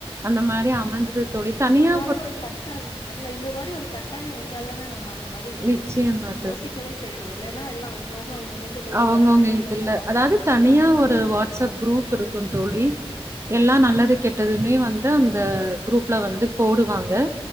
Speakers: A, on the right (about 25°); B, on the left (about 45°).
A: அந்த மாதிரி அமைஞ்சது தோழி. தனியா
B: இந்த மாதிரி ஒரு கட்டாய இல்ல இந்த மாதிரி ஒரு கட்டாயம் வந்தா தானே நம்ம அந்த மாரி
A: நிச்சயமா
B: யோசிக்கவே செய்யறோம் இல்லைன்னா எல்லாம் அவங்கவுங்க அவங்கவுங்களுக்கு தோது
A: அவங்கவுங்க
B: பாராட்ட எடத்துல
A: இதுல
B: போறோ
A: அதாவது தனியா ஒரு வாட்ஸ்அப் குரூப்
B: ஆமா
A: இருக்கும் தோழி
B: சரி
A: எல்லாம் நல்லது கெட்டதுமே வந்து அந்த குரூப்ல வந்து போடுவாங்க